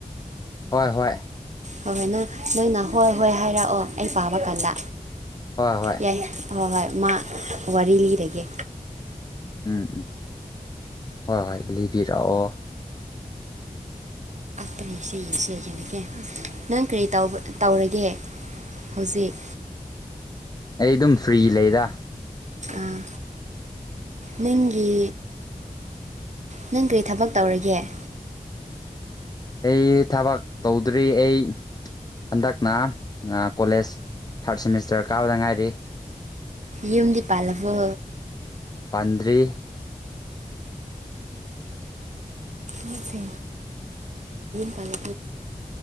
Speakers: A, on the left; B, on the right.
A: ꯍꯣꯏ ꯍꯣꯏ
B: ꯍꯣꯏ ꯍꯣꯏ ꯅꯪ ꯅꯪꯅ ꯍꯣꯏ ꯍꯣꯏ ꯍꯥꯏꯔꯛꯑꯣ ꯑꯩ ꯄꯥꯕ ꯀꯥꯟꯗ
A: ꯍꯣꯏ ꯍꯣꯏ
B: ꯌꯥꯏ ꯍꯣꯏ ꯍꯣꯏ ꯃꯥ ꯋꯥꯔꯤ ꯂꯤꯔꯒꯦ
A: ꯎꯝ ꯎꯝ ꯍꯣꯏ ꯍꯣꯏ ꯂꯤꯕꯤꯔꯛꯑꯣ
B: ꯇꯔꯦ ꯏꯁꯩ ꯌꯦꯁꯦ ꯀꯩꯅꯒꯦ ꯅꯪ ꯀꯔꯤ ꯇꯧꯔꯒꯦ ꯍꯧꯖꯤꯛ
A: ꯑꯩ ꯑꯗꯨꯝ ꯐ꯭ꯔꯤ ꯂꯩꯔ
B: ꯑꯥ ꯅꯪꯒꯤ ꯅꯪ ꯀꯔꯤ ꯊꯕꯛ ꯇꯧꯔꯒꯦ ꯎꯝ
A: ꯑꯩ ꯊꯕꯛ ꯇꯧꯗ꯭ꯔꯤ ꯑꯩ ꯍꯟꯗꯛꯅ ꯀꯣꯂꯦꯖ ꯊꯥꯔꯠ ꯁꯦꯃꯤꯁꯇꯔ ꯀꯥꯕꯗ ꯉꯥꯏꯔꯤ
B: ꯌꯨꯝꯗꯤ ꯄꯥꯜꯂꯕꯨ
A: ꯄꯥꯟꯗꯔꯤꯦ
B: ꯌꯦꯁ ꯄꯂꯕ